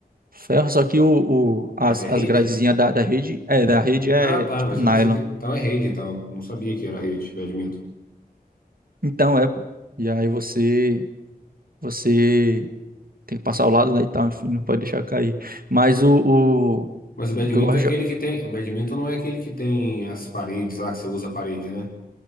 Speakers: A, on the right; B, on the left.
A: Ferro, só que o, o- as,
B: Mas é rede?
A: as gradezinhas da, da rede, é, da rede é
B: Ah, tá,
A: tipo
B: mas
A: nylon.
B: eu pensei que. Então é rede, então. Não sabia que era rede, badminton.
A: Então é, pô. E aí você, você tem que passar ao lado, né, e tal, enfim, não pode deixar cair. Mas o, o,
B: Mas o badminton
A: o que eu gosto
B: é
A: de...
B: aquele que tem. O badminton não é aquele que tem as paredes lá, que você usa a parede, né?